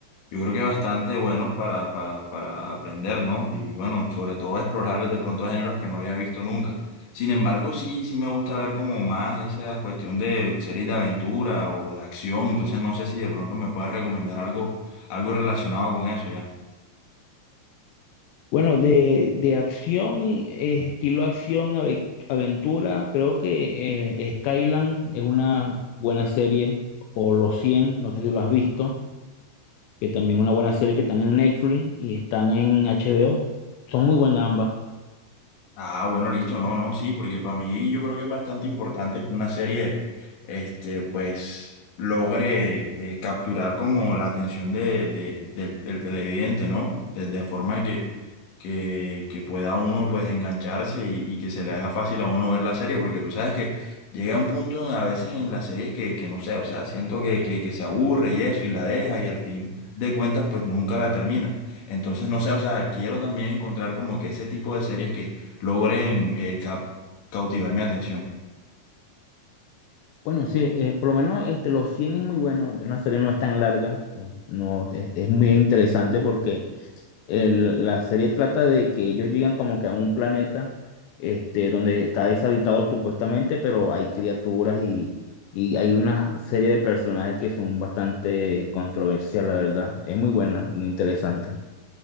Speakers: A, on the left; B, on the left.
A: Yo creo que bastante bueno para, para, para aprender, ¿no? Y bueno, sobre todo explorar de pronto géneros que no había visto nunca. Sin embargo, sí, sí me gusta ver como más esa cuestión de series de aventura o de acción. Entonces no sé si de pronto me puedes recomendar algo, algo relacionado con eso ya.
B: Bueno, de, de acción, eh, estilo acción, ave- aventura, creo que eh, Skyland es una buena serie, o Los cien no sé si lo has visto, que también es una buena serie que están en Netflix y están en HBO. Son muy buenas ambas.
A: Ah, bueno, listo, no, no, sí, porque para mí yo creo que es bastante importante que una serie, este, pues, logre eh, capturar como la atención de, de- del, del televidente, ¿no? De, de forma que, que, que pueda uno, pues, engancharse y, y que se le haga fácil a uno ver la serie, porque tú sabes que llega un punto a veces en las series que, que no sé, o sea, siento que, que, que se aburre y eso, y la deja, y al fin de cuentas, pues, nunca la termina. Entonces, no sé, o sea, quiero también encontrar como que ese tipo de series que logren eh, cap- cautivar mi atención.
B: Bueno, sí, eh, por lo menos este, Los cien es muy bueno, una serie no es tan larga, eh, no, es, es muy interesante porque el- la serie trata de que ellos llegan como que a un planeta este, donde está deshabitado supuestamente, pero hay criaturas y, y hay una serie de personajes que son bastante controversial, la verdad. Es muy buena, muy interesante.